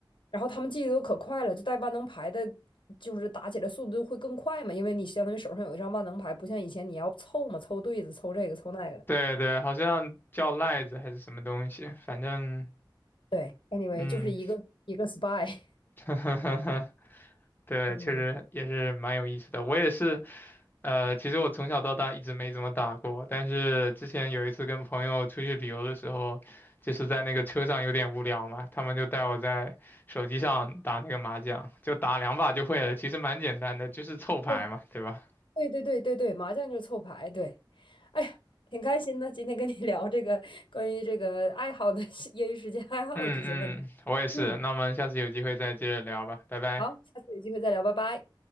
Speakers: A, on the left; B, on the left.
A: 然后他们记得都可快了，就带万能牌的，就是打起来速度会更快嘛，因为你相当于手上有一张万能牌，不像以前你要凑嘛，凑对子，凑这个，凑那个的。
B: 对对，好像叫赖子还是什么东西，反正，
A: 对，anyway，
B: 嗯，
A: 就是一个一个 spy，
B: <laughs> 对，
A: <laughs> 嗯，
B: 确实也是蛮有意思的。我也是，呃，其实我从小到大一直没怎么打过，但是之前有一次跟朋友出去旅游的时候，就是在那个车上有点无聊嘛，他们就带我在手机上打那个麻将，就打两把就会了，其实蛮简单的，就是凑牌嘛，
A: 对
B: 对吧？
A: 对对对对对，麻将就是凑牌，对。哎呀，挺开心的，今天跟你聊这个关于这个爱好的 <laughs> 业余时间爱好的这些问题。
B: 嗯嗯，我也是。
A: 嗯，
B: 那我们下次有机会再接着聊吧，拜拜。
A: 好，下次有机会再聊，拜拜。